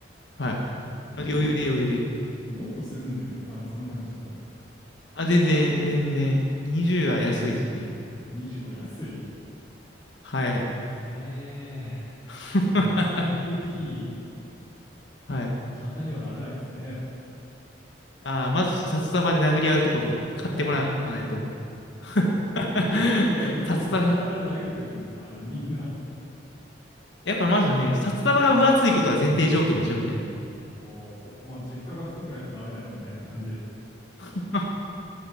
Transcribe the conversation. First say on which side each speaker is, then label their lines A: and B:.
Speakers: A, on the left; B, on the left.
A: はい。あ、余裕で余裕で。
B: もっとするんだよね。多分その感じだと。いえー、
A: あ、全然、全然。20は安いですね。
B: 20は安い。
A: はい。
B: はえ
A: <laughs>
B: ー、初音ミク P、
A: はい。
B: 簡単にはなれないんですね。
A: あー、まず札束で殴り合うとこに買ってもらわないと。
B: <laughs>
A: <laughs>
B: え、ジョイ勢は当然札束で殴ってるんですかあれみんな。
A: 札束、やっぱまずね、札束が分厚いことは前提条件でしょ、みたいな。
B: おーお、まあ、実家が太くないとダメだよ、みたいな感じで。
A: <laughs> <laughs>